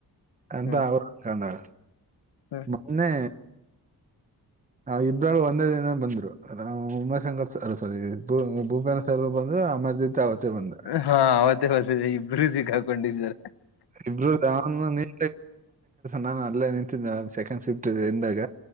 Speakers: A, on the right; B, on the left.
A: ಅಂತ
B: ಹ್ಮ್
A: ಅವ್ ಕೊಂಡಳ
B: ಹ್ಮ್
A: ಮೊನ್ನೆ ಇಬ್ಬಳ ಒಂದೇ ದಿನ ಬಂದ್ರು ಅ ಉಮಾಶಂಕ ಸ ಸರ್ ಅ ಸರಿ ಭೂಪೇನ ಸರ್ ಬಂದ್ರು ಅಮ ತಾವತ್ತ ಬಂದ
B: ಹಾ ಅವತ್ತೇ ಇಬ್ಬರು ಸಿಕ್ಕ ಕೊಂಡಿದ್ದ
A: ಇಬ್ರು ಅವನ ನಿ <unintelligible> ನಾನು ಅಲ್ಲೇ ನಿಂತಿದ್ದ ಸೆಕಂಡ್ ಶಿಫ್ಟ್ ಇಂದಾಗ